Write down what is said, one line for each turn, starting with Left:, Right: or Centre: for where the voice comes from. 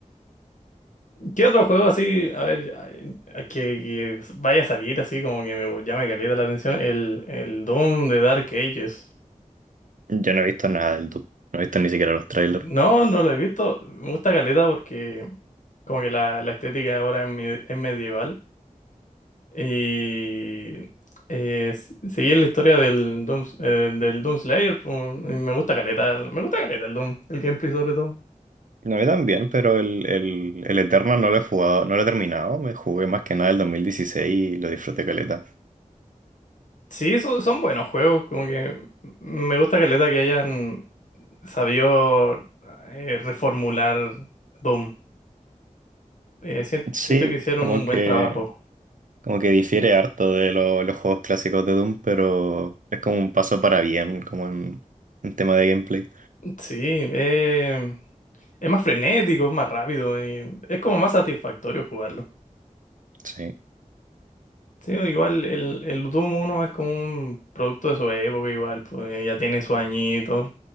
Left: ¿Qué otro juego así, a ver, a- a- que, que vaya a salir así como que me llame caleta la atención? El, el Doom de Dark Ages.
Right: Yo no he visto nada del Doom, no he visto ni siquiera los trailers.
Left: No, no lo he visto. Me gusta caleta porque como que la, la estética ahora es, me- es medieval. Y eh, s- seguir la historia del Doom, eh, del Doom Slayer, pues, y me gusta caleta, el- me gusta caleta el Doom, el gameplay sobre todo.
Right: No, a mí también, pero el, el, el Eternal no lo he jugado, no lo he terminado. Me jugué más que nada el 2016 y lo disfruté caleta.
Left: Sí, son, son buenos juegos, como que me gusta caleta que hayan sabió eh, reformular Doom. Eh, sien-
Right: Sí,
Left: siento que hicieron
Right: como
Left: un buen
Right: que,
Left: trabajo.
Right: como que difiere harto de lo- los juegos clásicos de Doom, pero es como un paso para bien, como en, en tema de gameplay.
Left: Sí, eh, es más frenético, es más rápido, y es como más satisfactorio jugarlo.
Right: Sí,
Left: Sí, igual el, el Doom uno es como un producto de su época, igual, pues ya tiene su añito.